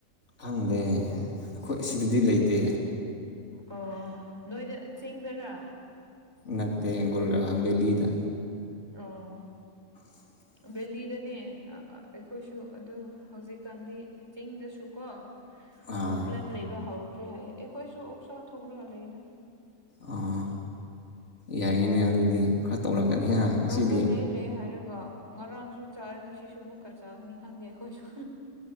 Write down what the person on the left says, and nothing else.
ꯈꯪꯗꯦ ꯑꯩꯈꯣꯏ ꯑꯁꯤꯗꯗꯤ ꯂꯩꯇꯦ
ꯅꯠꯇꯦꯒ ꯗꯦꯜꯂꯤꯗ
<inaudible>
ꯑꯥ
ꯑꯥ ꯌꯥꯏꯅꯦ ꯑꯗꯨꯗꯤ ꯈꯔ ꯇꯧꯔꯛꯀꯅꯤ
ꯍꯥ ꯉꯁꯤꯗꯤ